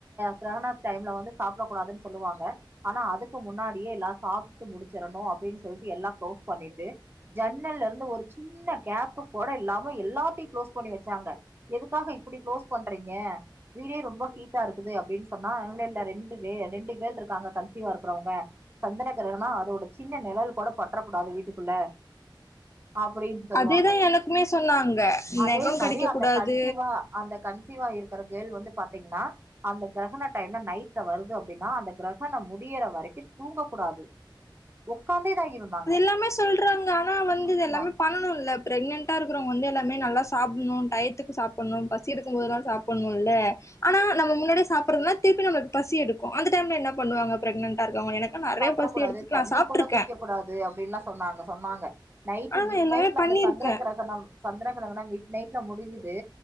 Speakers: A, on the right; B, on the left.
A: கிரகணா டைம்ல வந்து சாப்புட கூடாதுன் சொல்வாங்க ஆனா அதுக்கு முன்னாடியே எல்லா சாப்ட்டு முடிச்சிறணு அப்டின்னு சொல்லிட்டு எல்லா க்ளோஸ் பண்ணிட்டு ஜன்னல்ல இருந்து ஒரு சின்ன கேப்பு கூட இல்லாம எல்லாத்தையு க்ளோஸ் பண்ணி வச்சாங்க எதுக்காக இப்டி க்ளோஸ் பண்றீங்க வீடே ரொம்ப ஹீட்டா ருக்குது அப்டின் சொன்னா இல்ல ல்ல ரெண்டு வே ரெண்டு கேள் ருக்காங்க கன்சீவா ருக்குறவங்க சந்ரகிரகனொ அதோட சின்ன நிழல் கூட பட்ற கூடாது வீட்டுக்குள்ள அப்படீன்னு சொல்லுவாங்க
B: அதேதா எனக்குமே சொன்னாங்க
A: அதே
B: நெகோ
A: மாரி
B: கடிக்க
A: அந்த
B: கூடாது
A: கன்சீவா அந்த கன்சீவா இருக்குற கேள் வந்து பாத்தீங்ன்னா அந்த கிரகண டைம்ல நைட்ல வருது அப்டின்னா அந்த கிரகணம் முடியற வரைக்கு தூங்க கூடாது உக்காந்தே தா இருந்தாங்க
B: ல்லாமெ சொல்றாங்க ஆனா வந்து
A: ஆமா
B: இது எல்லாமே பண்ணனுல்ல பிரெக்னன்ட் ட்டா இருக்குறவங்க வந்து எல்லாமே நல்லா சாப்புட்ணு டயத்துக்கு சாப்புட்ணு பசி எடுக்கும்போதுல்லா சாப்புட்ணு ல்ல ஆனா
A: ம்
B: நம்ம முன்னாடி சாப்பறதுன திருப்பி நம்மளுக்கு பசி எடுக்கு அந்த டைம் என்ன பண்ணுவாங்க பிரெக்னன்டா இருக்கவங்க எனக்கு நெறைய
A: சாப்டக்
B: பசி
A: கூடாது
B: எடுத்துருக்கு
A: தண்ணி
B: நா சாப்ட்ருக்க
A: கூட குடிக்க கூடாது அப்டின்லா சொன்னாங்க சொன்னாங்க நைட்
B: ஆனா
A: மிட்
B: நா எல்லாமே
A: நைட்ல அந்த
B: பண்ணிருக்கே
A: சந்திர கிரகணம் சந்திர கிரகணம் மிட் நைட்ல முடிஞ்சுது